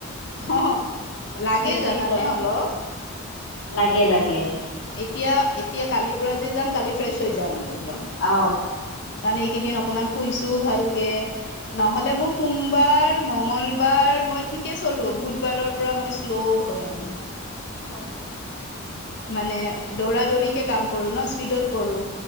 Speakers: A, on the left (about 55°); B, on the left (about 85°).
A: অ লাগে
B: তিনদিন
A: জানানে অলপ।
B: লাগে লাগে-
A: এতিয়া এতিয়া কালিৰ পৰা যে যাম কালি ফ্ৰেছ হৈ যাম আৰু একদম
B: অ
A: কাৰণ এইকেইদিন অকমান শুইছো ভালকে নহলে মোৰ সোমবাৰ মঙ্গলবাৰ মই ঠিকে চলো বুধবাৰৰ পৰা মই শ্ল' হৈ আহো
B: অ
A: মানে দৌৰা দৌৰিকে কাম কৰো ন। স্পীডত কৰো